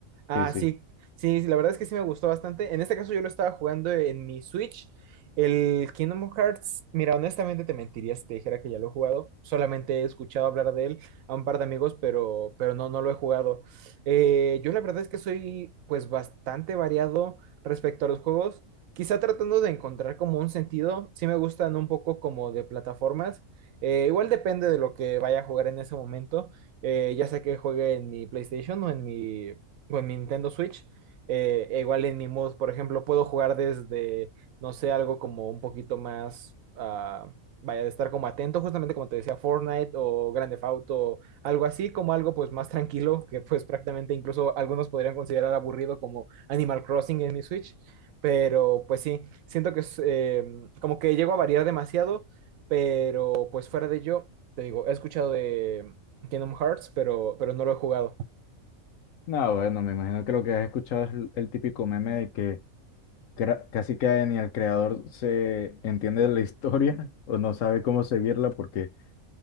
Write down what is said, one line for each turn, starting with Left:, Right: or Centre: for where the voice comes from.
Right: Ah,
Left: sí, sí.
Right: sí, sí, la verdad es que sí me gustó bastante. En este caso yo lo estaba jugando en mi Switch. El Kingdom Hearts, mira, honestamente te mentiría si te dijera que ya lo he jugado. Solamente he escuchado hablar de él a un par de amigos, pero, pero no, no lo he jugado. Eh, yo la verdad es que soy pues bastante variado respecto a los juegos. Quizá tratando de encontrar como un sentido. Sí me gustan un poco como de plataformas. Eh, igual depende de lo que vaya a jugar en ese momento eh, ya sea que juegue en mi PlayStation o en mi o en mi Nintendo Switch. Eh, e igual en mi mood, por ejemplo, puedo jugar desde, no sé, algo como un poquito más, ah, vaya, de estar como atento, justamente como te decía, Fortnite o Grand Theft Auto, algo así, como algo pues más tranquilo, que pues prácticamente incluso algunos podrían considerar aburrido como Animal Crossing en mi Switch, pero pues sí, siento que es, eh, como que llego a variar demasiado, pero pues fuera de ello, te digo, he escuchado de Kingdom Hearts, pero, pero no lo he jugado.
Left: No, bueno, me imagino que lo que has escuchado es el, el típico meme de que cra- casi que ni el creador se entiende de la historia <laughs> o no sabe cómo seguirla porque